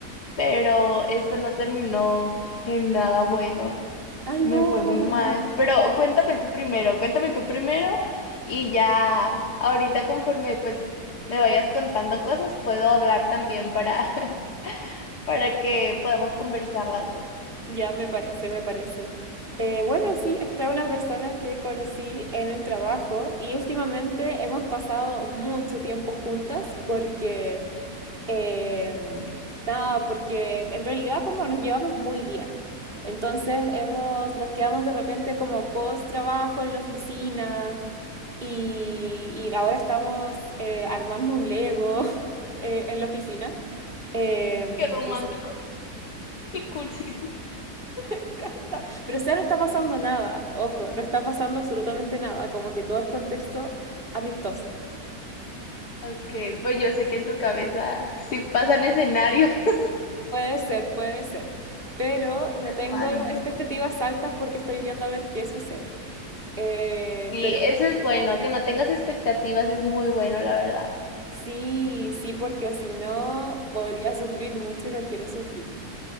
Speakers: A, on the left; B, on the right.
A: pero esto no terminó en nada bueno.
B: Ay,
A: Me
B: no.
A: fue muy mal. Pero cuéntame tú primero, cuéntame tú primero y ya ahorita conforme pues me vayas contando cosas, puedo hablar también para, <laughs> para que podamos conversar las dos.
B: Ya, me parece, me parece. Eh, bueno, sí, esta es una persona que conocí en el trabajo y últimamente hemos pasado mucho tiempo juntas porque, eh, nada, porque en realidad como nos llevamos muy bien. Entonces hemos, nos quedamos de repente como post trabajo en la oficina y, y ahora estamos eh, armando un Lego <laughs> eh, en la oficina. Em,
A: Qué románticos,
B: entonces
A: qué cursi.
B: encanta. Pero o sea, no está pasando nada, ojo, no está pasando absolutamente nada, como que todo es contexto amistoso.
A: Ok, pues yo sé que en tu cabeza sí pasan escenarios. <laughs>
B: Puede ser, puede ser, pero no tengo
A: Ay, no.
B: expectativas altas porque estoy viendo a ver qué sucede. Eh,
A: Sí,
B: pero
A: eso es bueno, que no tengas expectativas es muy bueno, la verdad.
B: sí, sí, porque o si no, podría sufrir mucho y no quiero sufrir.